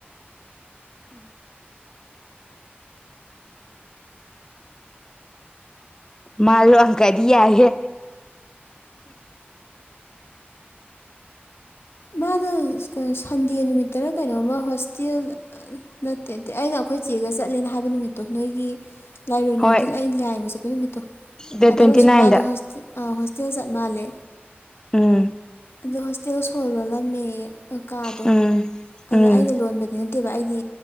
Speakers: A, on the left; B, on the left.
A: ꯃꯥ ꯂꯣ ꯑꯪ ꯀꯗꯤ ꯌꯥꯒꯦ
B: ꯃꯥꯗ ꯁꯟꯗꯦ ꯅꯨꯃꯤꯠꯇꯅ ꯀꯩꯅꯣꯝꯃ ꯍꯣꯁꯇꯦꯜ ꯅꯠꯇꯦ ꯑꯩꯅ ꯑꯩꯈꯣꯏ ꯅꯣꯏ ꯆꯦꯒ ꯆꯠꯂꯦꯅ ꯍꯥꯏꯕ ꯅꯨꯃꯤꯠꯇꯣ ꯅꯣꯏꯒꯤ ꯂꯥꯏꯔꯣꯏ
A: ꯍꯣꯏ
B: ꯅꯨꯃꯤꯠꯇꯨꯗ ꯑꯩꯅ ꯂꯥꯏ ꯌꯦꯡꯕ ꯆꯠꯄ ꯅꯨꯃꯤꯠꯇꯣ
A: ꯗꯦꯠ
B: ꯑꯗꯔ
A: ꯇ꯭ꯋꯦꯟꯇꯤ
B: ꯁꯤꯕꯂꯥ
A: ꯅꯥꯏꯟꯗ
B: ꯑꯗꯣ ꯍ ꯏꯆ ꯆꯠ ꯃꯥꯜꯂꯦ
A: ꯎꯝ
B: ꯑꯗꯣ ꯍꯣꯁꯇꯦꯜ ꯁꯣꯜ ꯂꯣꯜꯂꯝꯃꯦ ꯀꯥꯗꯣ
A: ꯎꯝ ꯎꯝ
B: ꯑꯗ ꯑꯩꯅ ꯂꯣꯟꯕꯗꯤ ꯅꯠꯇꯦꯕ ꯑꯩꯗꯤ